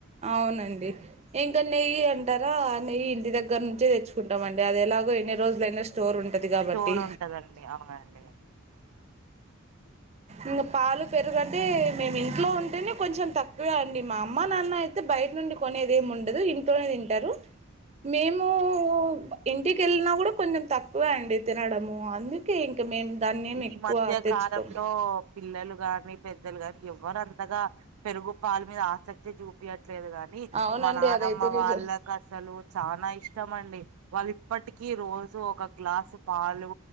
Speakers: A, on the right; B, on the right.
A: అవునండి ఇంకా నెయ్యి అంటారా నెయ్యి ఇంటి దగ్గర నుంచే తెచ్చుకుంటాం అండి అది ఎలాగో ఎన్ని రోజులైనా స్టోర్ ఉం టది కాబట్టి
B: స్టోర్ ఉంటదండి అవునండి
A: ఇంగ పాలు పెరుగంటే మేము ఇంట్లో ఉంటేనే కొంచెం తక్కువే అండి మా అమ్మ నాన్న అయి తే బయట నుండి కొనేది ఏం ఉండదు ఇంట్లోనే తింటారు మేము ఇంటికి వెళ్ళిన కూడా కొంచెం తక్కువే అండి తినడము అందు కే ఇంకా మేము దానేం
B: ఈ
A: ఎక్కువ
B: మధ్య
A: తెచ్చుకోం
B: కాలంలో పిల్లలు గాని పెద్దలు కాని ఎవరు అంతగా పెరుగు పాల మీద ఆసక్తి చూపయట్లేదు గా ని
A: అవునండి
B: మా నానమ్మ
A: అదైతే నిజం
B: వాళ్ళ కు అసలు చానా ఇష్టం అండి వాళ్ళు ఇప్పటికీ రోజు ఒక గ్లాసు పాలు